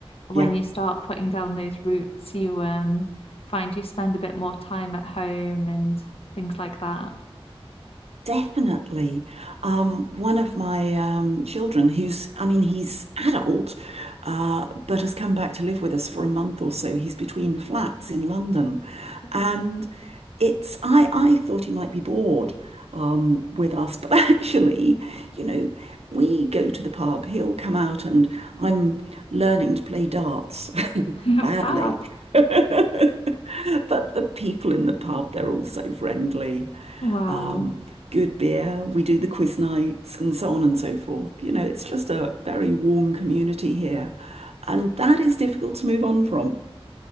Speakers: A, on the left; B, on the right.
A: when
B: yeah.
A: you start putting down those roots, you um find you spend a bit more time at home and things like that.
B: Definitely. Um, one of my um, children, who's, I mean, he's adult, uh, but has come back to live with us for a month or so. He's between flats in London.
A: Mm.
B: And it's, I, I thought he might be bored um, with us, but <laughs> actually, you know, we go to the pub, he'll come out, and I'm learning to play darts <laughs>
A: <laughs>
B: badly.
A: Fab.
B: <laughs> But the people in the pub, they're all so friendly
A: Wow.
B: um, good beer. We do the quiz nights and so on and so forth. You know, it's just a very warm community here. And that is difficult to move on from.